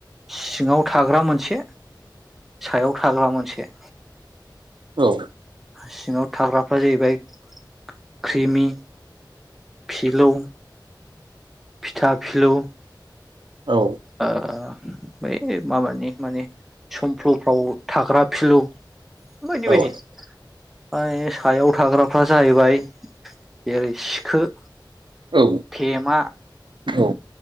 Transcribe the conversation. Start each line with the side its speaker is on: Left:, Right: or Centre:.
Centre: सिङाव थाग्रा मोनसे सायाव थाग्रा मोनसे।
Right: औ।
Centre: सिङाव थाग्राफ्रा जाहैबाय क्रिमि फिलौ फिथा फिलौ।
Right: औ।
Centre: ओ बै माबानि माने समफ्लफ्राव थाग्रा फिलौ बायदि
Right: औ
Centre: बायदि। ओमफाय सायाव थाग्राफ्रा जाहैबाय जेरै सिखो।
Right: औ।
Centre: थेमा,
Right: औ